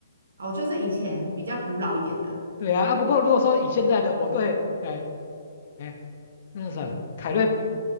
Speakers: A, on the right (about 60°); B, on the left (about 35°).
A: 哦，就是以前比较古老一点的
B: 对啊，啊，不过如果说以现在的，我对，哎哎，那是啥，凯瑞